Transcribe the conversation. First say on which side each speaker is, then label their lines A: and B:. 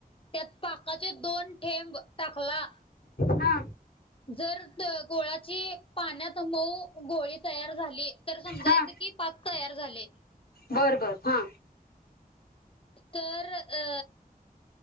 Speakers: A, on the left; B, on the left.
A: त्यात पाकाचे दोन ठेंब टाकला
B: हा
A: जर गोळाची पाण्यात मऊ गोळी तयार झाली तर समजायचं
B: हा
A: कि पाक तयार झाले
B: बर बर हा
A: तर अ